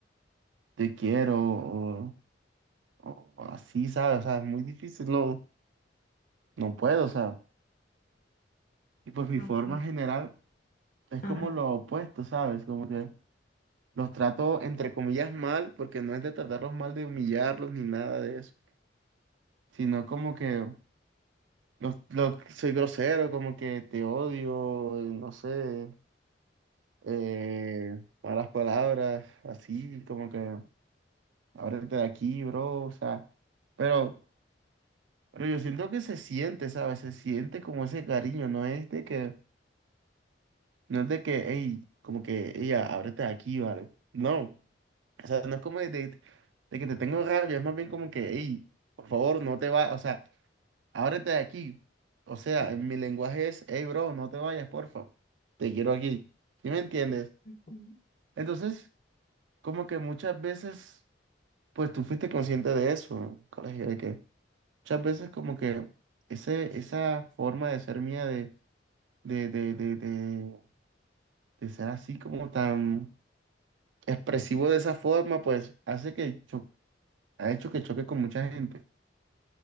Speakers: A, on the right; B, on the left.
A: te quiero o, o o así, ¿sabes? O sea, es muy difícil, no, no puedo, o sea. Y pues mi
B: Okay.
A: forma general es
B: Ajá.
A: como lo opuesto, ¿sabes? Como que los trato entre comillas mal, porque no es de tratarlos mal, de humillarlos ni nada de eso, sino como que los, los- soy grosero, como que te odio, eh, no sé, eh, malas palabras, así, como que... ábrete de aquí, bro, o sea, pero, pero yo siento que se siente, ¿sabes? Se siente como ese cariño, no es de que, no es de que, hey, como que, ella, ábrete de aquí, ¿vale? No, o sea, no es como de, de- de que te tengo rabia, es más bien como que, hey, por favor, no te vayas, o sea, ábrete de aquí, o sea, en mi lenguaje es, hey, bro, no te vayas, porfa, te quiero aquí, ¿sí me entiendes?
B: Ujú,
A: Entonces, como que muchas veces, pues tú fuiste consciente de eso, ¿no? colegio, de que Muchas veces como que ese, esa forma de ser mía de, de, de, de, de, de ser así como tan expresivo de esa forma, pues hace que cho- ha hecho que choque con mucha gente.